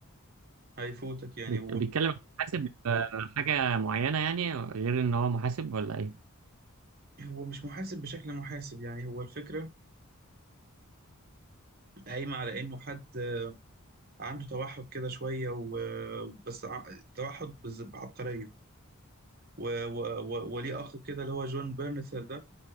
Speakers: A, on the right; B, on the right.
A: هيفوتك يعني
B: بيك- بيتكلم عن محاسب آه، حاجه معينه يعني غير ان هو محاسب ولا ايه
A: هو مش محاسب بشكل محاسب يعني هو الفكرة قايمة على إنه حد عنده توحد كده شوية وبس توحد بز- بعبقرية و- و- و- وليه أخ كده اللي هو جون بيرنثر ده